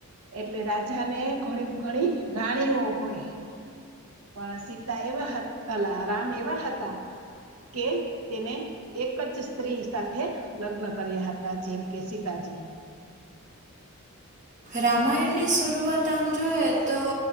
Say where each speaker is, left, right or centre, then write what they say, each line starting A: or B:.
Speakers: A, on the right; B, on the right.
A: એટલે રાજા ને ઘણી ઘણી રાણીઓ હોય પણ સીતા એ <inaudible> રામ એવા હતા કે તેને એક જ સ્ત્રી સાથે લગ્ન કર્યા હતા જેમ કે સીતાજી
B: રામાયણની શરૂઆત આમ જોએ તો